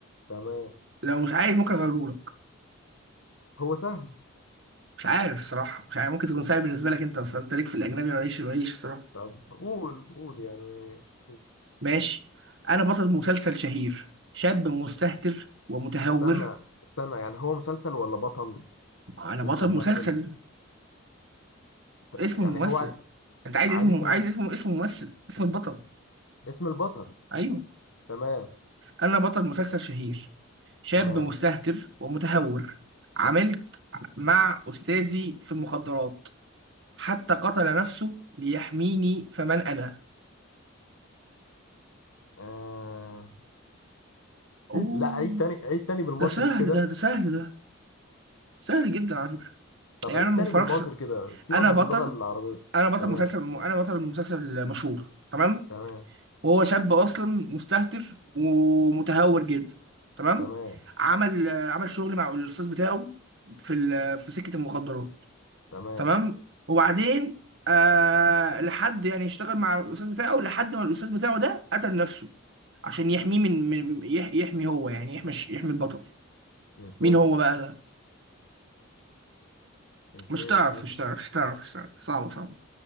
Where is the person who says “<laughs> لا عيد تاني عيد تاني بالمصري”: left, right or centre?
Left